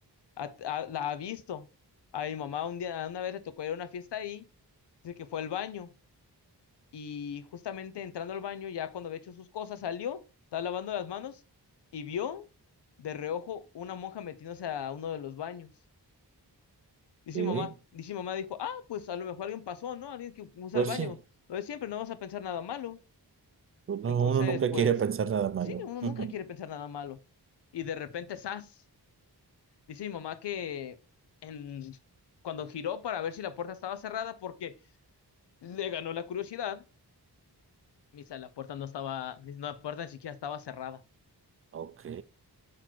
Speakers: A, on the left; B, on the right.
A: ha- ha- la ha visto. A mi mamá un día, una vez le tocó ir a una fiesta ahí, dice que fue al baño y justamente entrando al baño, ya cuando había hecho sus cosas, salió, estaba lavando las manos y vio de reojo una monja metiéndose a uno de los baños. Dice
B: Sí.
A: mi mamá, dice mi mamá, dijo, ah, pues a lo mejor alguien pasó, ¿no? Alguien que usa
B: Pues
A: el baño.
B: sí.
A: Lo de siempre, no vamos a pensar nada malo.
B: Uno,
A: Entonces,
B: uno nunca
A: pues,
B: quiere pensar nada malo.
A: sí, uno nunca
B: <laughs>
A: quiere pensar nada malo. Y de repente, ¡zas! Dice mi mamá que en, cuando giró para ver si la puerta estaba cerrada, porque le ganó la curiosidad, misa, la puerta no estaba, ni- no, la puerta ni siquiera estaba cerrada.
B: Ok,